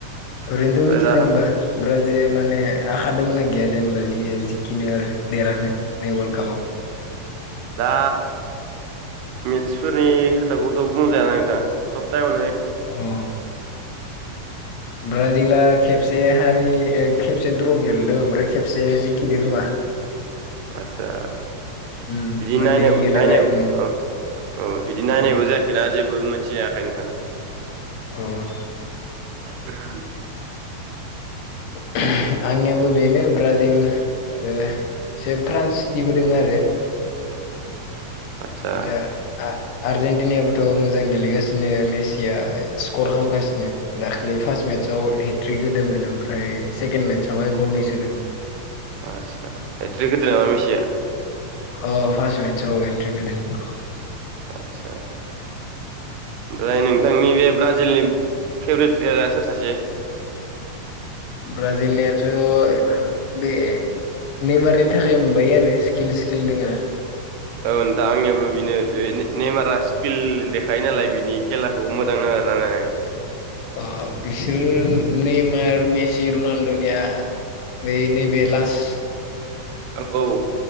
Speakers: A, on the left (about 80°); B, on the right (about 85°).
A: ओरैनोथ
B: ओमफ्राय
A: मिथिदोंबा
B: दा
A: ब्राजि जे माने आखा दोंना गैया जेनेबा जि ओ जिखिनो आरो देरानो नै वर्ल्ल्ड कापाव <inaudible>
B: दा मेथ्सफोरनि खोथाखौथ बुंजाया नांथां सब टायमावनो
A: अह ब्राजिला खेबसे हारि ओ खेबसे द्र गेलदों ओमफ्राय खेबसे जिखिदों खोमा
B: आतसा
A: उम
B: बिदि
A: मोननै
B: नायनाय
A: गेलेबाय
B: नायनाय
A: उम
B: ओं औ बिदि नायनायबो
A: अ
B: जायाखैना जेबो जबो मोनथियाखै नोंथां।
A: उमह
B: आहोम
A: <inaudible> आंनियाबो बेनो ब्राजिल आरो से फ्रान्सनिबो दोङो आरो
B: आदसा
A: जा आ आर्जेनटिनायाबोथ मोजां गेलेगासिनो मेचिया स्कर खालामगासिनो दाख्लै फार्स्ट मे मेत्सआव हेट्रिक होदोंमोन ओमफ्राय सेकेणड मेत्सआवहाय गलनै सोदों
B: आस्चसा हेट्रिक होदो नामा मेसिया
A: अ फार्सट मेत्स हेट्रिग होदों
B: आचसा। ओमफ्राय नोंथांनि बे ब्राजिलनि फेभरेट प्लेयारा सोर सासे
A: ब्राजिल नियाबोथ एमान बे नेमारनि थाखाय मोनबायो आरो स्किल स्किल दोङो ना
B: औ नोंथां आंनियाबो बिनो बे नेमारा स्किल दे खायो नालाय बिनि खेलाखौ मोजां नाङो आरो नायनानै
A: ओ बिसोर नेमार मेसि, रुनालदनिया बै नैबे लास
B: औ औ